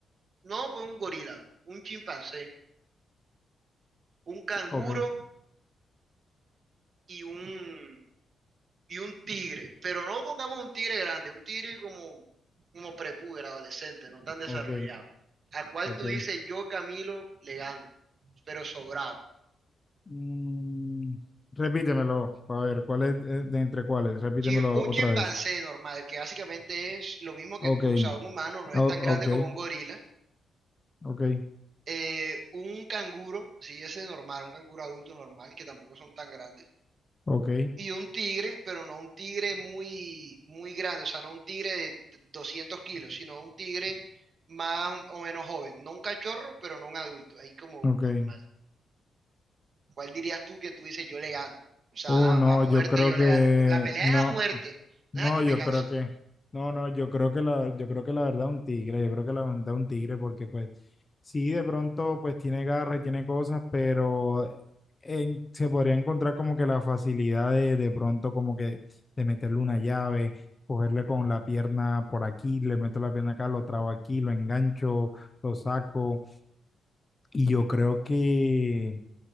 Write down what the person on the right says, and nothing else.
no, pues un gorila, un chimpancé, un canguro
y un, y un tigre, pero no pongamos un tigre grande, un tigre como, como prepúber, adolescente, no tan desarrollado,
a cual
tú dices, yo Camilo le gano, pero sobrado.
Chi- Un chimpancé
normal, que básicamente es lo mismo que tú,
o sea, un humano no es
tan grande
como un gorila.
Eh, un canguro, sí, ese es normal, un canguro adulto normal, que tampoco son tan grandes
Y un tigre, pero no un tigre muy, muy grande, o sea, no un tigre de t- 200 kilos, sino un tigre más o menos joven. No un cachorro, pero no un adulto, ahí como
normal. ¿Cuál dirías tú que tú dices yo le gano? O sea,
a,
a muerte
yo
le gano, pero la pelea
es a muerte,
no es a que
me canso.